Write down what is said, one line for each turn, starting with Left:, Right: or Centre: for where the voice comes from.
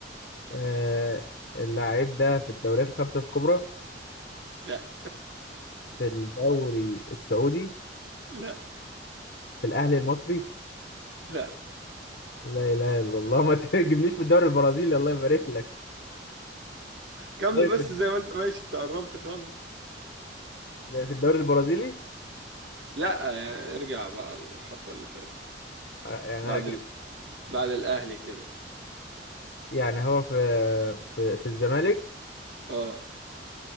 Left: آه اللاعب ده في الدوريات الخمسة الكبرى
Right: لا
Left: في الدوري السعودي
Right: لا
Left: في الأهلي المصري
Right: لا
Left: لا إله إلا الله <laughs> ما تجيبليش في الدوري البرازيلي الله يبارك لك
Right: كمل
Left: طيب
Right: بس زي ما انت ماشي انت قربت خالص
Left: في في الدوري البرازيلي
Right: لا يعني ارجع بقى الخطوة اللي فاتت
Left: آه، يعني
Right: بعد
Left: هرجع
Right: ال... بعد الاهلي كده
Left: يعني هو في في, في الزمالك
Right: اه